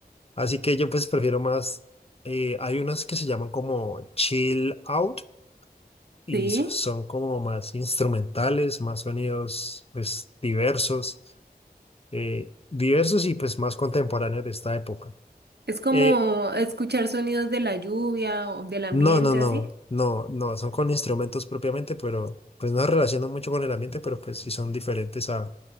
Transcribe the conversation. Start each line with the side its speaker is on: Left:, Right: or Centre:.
Left: Así que yo pues prefiero más, eh, hay unas que se llaman como chill out y
Right: sí,
Left: so- son como más instrumentales, más sonidos pues diversos. eh, diversos y pues más contemporáneos de esta época.
Right: es como
Left: Eh,
Right: escuchar sonidos de la lluvia o del ambiente,
Left: no, no, no,
Right: así.
Left: no, no, son con instrumentos propiamente, pero pues no se relacionan mucho con el ambiente, pero pues sí son diferentes a,